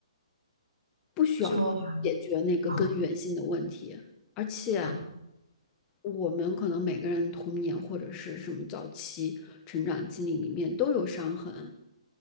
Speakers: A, on the left (about 20°); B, on the right (about 75°).
A: 不需要解决那个根源性的问题，
B: 就啊
A: 而且
B: 啊，
A: 我们可能每个人童年或者是什么早期成长经历里面都有伤痕，